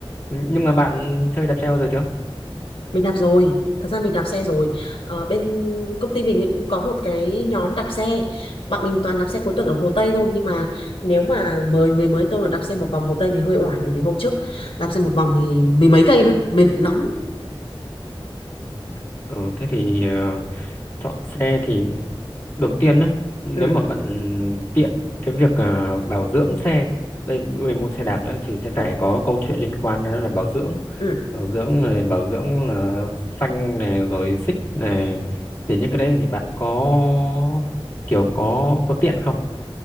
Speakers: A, on the left; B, on the left.
A: nhưng mà bạn chơi đạp xe bao giờ chưa
B: Mình đạp rồi, thật ra mình đạp xe rồi. Ờ, bên công ty mình cũng có một cái nhóm đạp xe, bọn mình toàn đạp xe cuối tuần ở Hồ Tây thôi. Nhưng mà nếu mà mời người mới tôi mà đạp xe một vòng Hồ Tây thì hơi oải, bởi vì hôm trước đạp xe một vòng thì mười mấy cây mà mệt lắm.
A: ừ, Ừ, thế thì ờ, chọn xe thì đầu tiên á nếu
B: Ừ,
A: mà bạn tiện cái việc ờ, bảo dưỡng xe đây người mua xe đạp nữa thì sẽ phải có câu chuyện liên quan đó là bảo dưỡng
B: ừ.
A: bảo dưỡng này bảo dưỡng là phanh này rồi xích này thì những cái đấy thì bạn có kiểu có có tiện không